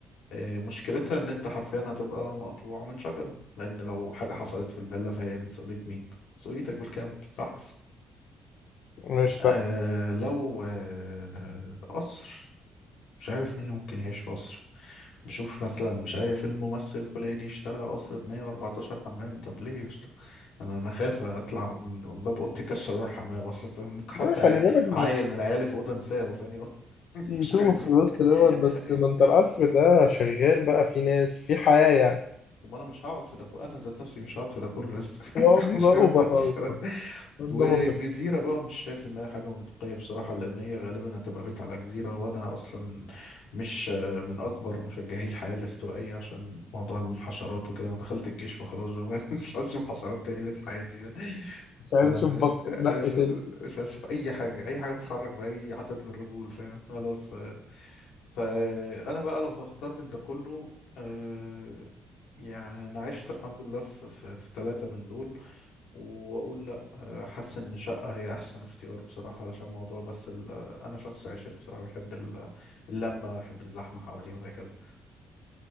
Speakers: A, on the left (about 80°); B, on the left (about 65°).
A: إيه، مشكلتها ان انت حرفيا هتبقى مقطوع من شجرة لان لو حاجة حصلت في الفيلا فهي مسؤولية مين؟ مسؤوليتك بالكامل صح؟
B: مش
A: آه
B: سهل
A: لو آه قصر مش عارف مين اللي ممكن يعيش في قصر بشوف مثلا مش عارف الممثل الفلاني اشترى قصر ب 114 حمام طب ليه يا اسطى انا انا خايف اطلع من باب اوضتي اكسر اروح حمام اصلا فممكن احط
B: لا
A: عي-
B: خلي بالك
A: عيل من عيالي في اوضه انساه فاني <laughs>
B: تي
A: مش
B: تو
A: فاهم
B: في
A: ليه
B: الوسط دوت
A: <laughs>
B: بس
A: ايوه
B: ده انت القصر ده شغال بقى في ناس في حياة يعني
A: طب ما انا مش هقعد في ده كو- انا ذات نفسي مش هقعد في ده كله لسه <laughs>
B: هو
A: الحمد
B: بيبقى اوفر
A: لله طلعت سلام.
B: قوي بصراحة. ده
A: والجزيرة
B: منطقي
A: بقى مش شايف إنها حاجة منطقية بصراحة لأن هي غالبا هتبقى بيت على جزيرة وأنا أصلا مش آه، من أكبر مشجعي الحياة الاستوائية عشان موضوع الحشرات وكده أنا دخلت الجيش فخلاص بقى <laughs> مش عايز أشوف حشرات تاني بقيت حياتي
B: مش عايز
A: فأنا
B: اشوف
A: م-
B: بق- بق
A: مش
B: تاني
A: عايز- مش عايز أشوف أي حاجة أي حاجة بتتحرك بأي عدد من الرجول فاهم خلاص آه. فأنا بقى لو هختار بين ده كله آه، يعني انا عشت الحمد لله في في, في ثلاثة من دول واقول لا آه، حاسس ان شقة هي احسن اختيار بصراحة علشان موضوع بس ال... انا شخص عشري بصراحة بحب ال... اللمة بحب الزحمة حواليه وهكذا